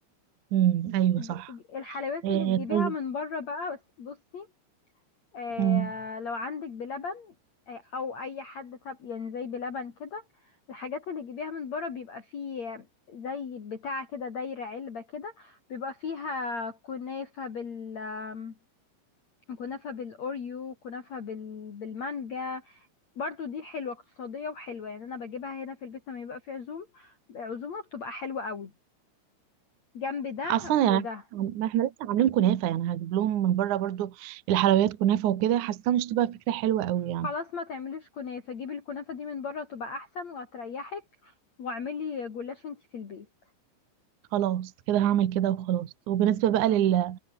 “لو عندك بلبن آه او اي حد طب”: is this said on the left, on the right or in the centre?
Left